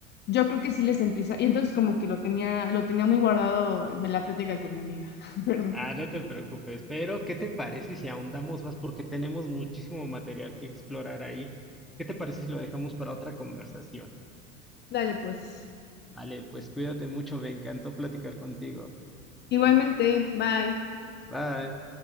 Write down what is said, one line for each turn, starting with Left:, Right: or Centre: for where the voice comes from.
Left: yo creo que sí les empieza. Y entonces como que lo tenía, lo tenía muy guardado de la plática con mi amiga. <laughs> Perdón.
Centre: Ah, no te preocupes, pero ¿qué te parece si ahondamos más? Porque tenemos muchísimo material que explorar ahí. ¿Qué te parece si lo dejamos para otra conversación?
Left: Dale, pues.
Centre: Vale, pues cuídate mucho, me encantó platicar contigo.
Left: Igualmente, bye.
Centre: Bye.